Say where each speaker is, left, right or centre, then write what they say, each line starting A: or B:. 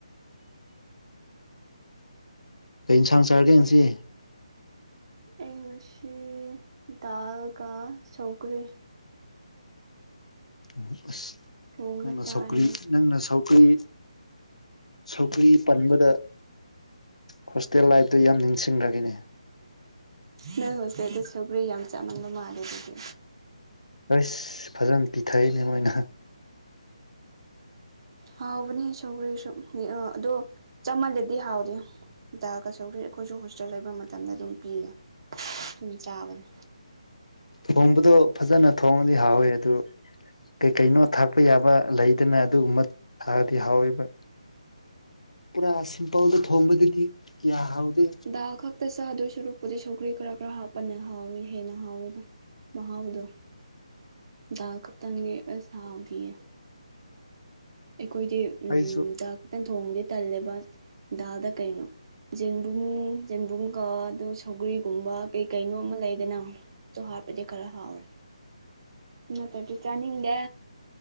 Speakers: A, on the left; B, on the right.
A: ꯀꯩ ꯏꯟꯁꯥꯡ ꯆꯥꯔꯦ ꯉꯁꯤ꯫
B: ꯑꯩ ꯉꯁꯤ ꯗꯥꯜꯒ ꯁꯧꯒ꯭ꯔꯤ꯫
A: ꯎꯝꯍꯨꯝ ꯑꯁ
B: ꯊꯣꯡꯉ
A: ꯅꯪꯅ
B: ꯆꯥꯏꯌꯦ
A: ꯁꯧꯀ꯭ꯔꯤ ꯅꯪꯅ ꯁꯧ ꯀ꯭ꯔꯤ ꯁꯧꯒ꯭ꯔꯤ ꯄꯥꯟꯕꯗ ꯍꯣꯁꯇꯦꯜ ꯂꯥꯏꯐꯇꯣ ꯌꯥꯝ ꯅꯤꯡꯁꯤꯡꯔꯛꯑꯦꯅꯦ꯫
B: ꯅꯣꯏ ꯍꯣꯁꯇꯦꯜꯗꯣ ꯁꯧꯒ꯭ꯔꯤ ꯌꯥꯝ ꯆꯥꯃꯟꯕ ꯃꯥꯜꯂꯦ ꯑꯗꯨꯗꯤ꯫
A: ꯑꯁ ꯐꯖꯅ ꯄꯤꯊꯛꯏꯅꯦ ꯃꯣꯏꯅ꯫
B: ꯍꯥꯎꯕꯅꯦ ꯁꯧꯒ꯭ꯔꯤꯁꯨ ꯑ ꯑꯗꯣ ꯆꯥꯃꯜꯂꯗꯤ ꯍꯥꯎꯗꯦ꯫ ꯗꯥꯜꯒ ꯁꯧꯒ꯭ꯔꯤ ꯑꯩꯈꯣꯏꯁꯨ ꯍꯣꯁꯇꯦꯜ ꯂꯩꯕ ꯃꯇꯝꯗ ꯑꯗꯨꯝ ꯄꯤꯌꯦ ꯑꯗꯨꯝ ꯆꯥꯕꯅꯦ꯫
A: ꯊꯣꯡꯕꯗꯣ ꯐꯖꯅ ꯊꯣꯡꯉꯗꯤ ꯍꯥꯎꯋꯦ ꯑꯗꯨ ꯀꯩ ꯀꯩꯅꯣ ꯊꯥꯛꯄ ꯌꯥꯕ ꯂꯩꯗꯅ ꯑꯗꯨꯒꯨꯝꯕ ꯊꯥꯛꯑꯗꯤ ꯍꯥꯎꯋꯦꯕ꯫ ꯑꯗꯨꯝꯅ ꯁꯤꯝꯄꯜꯗ ꯊꯣꯡꯕꯗꯗꯤ ꯀꯌꯥ ꯍꯥꯎꯗꯦ꯫
B: ꯗꯥꯜ ꯈꯛꯇ ꯆꯥꯗꯣꯏ ꯁꯨꯔꯛꯄꯨꯗꯤ ꯁꯧꯒ꯭ꯔꯤ ꯈꯔ ꯈꯔ ꯍꯥꯞꯄꯅ ꯍꯥꯎꯋꯦ ꯍꯦꯟꯅ ꯍꯥꯎꯋꯦꯗ꯫ ꯃꯍꯥꯎꯗꯣ ꯗꯥꯜ ꯈꯛꯇꯪꯗꯤ ꯑꯁ ꯍꯥꯎꯗꯤꯌꯦ꯫ ꯑꯩꯈꯣꯏꯗꯤ ꯎꯝ
A: ꯑꯩꯁꯨ
B: ꯗꯥꯜ ꯈꯛꯇꯪ ꯊꯣꯡꯕꯗꯤ ꯇꯜꯂꯦ ꯕ ꯗꯥꯜꯗ ꯀꯩꯅꯣ ꯖꯦꯟꯕꯨꯝ ꯖꯦꯟꯕꯨꯝꯒ ꯑꯗꯨ ꯁꯧꯒ꯭ꯔꯤꯒꯨꯝꯕ ꯀꯩ ꯀꯩꯅꯣ ꯑꯃ ꯂꯩꯗꯅ꯫ ꯗꯣ ꯍꯥꯞꯄꯗꯤ ꯈꯔ ꯍꯥꯎꯔꯦ ꯅꯠꯇ꯭ꯔꯗꯤ ꯆꯥꯅꯤꯡꯗꯦ꯫